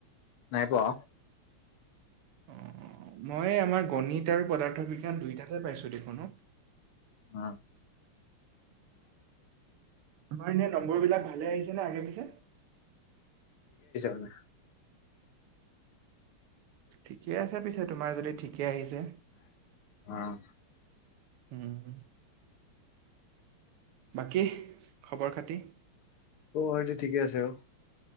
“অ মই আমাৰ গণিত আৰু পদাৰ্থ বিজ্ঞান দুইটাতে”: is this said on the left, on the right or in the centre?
Right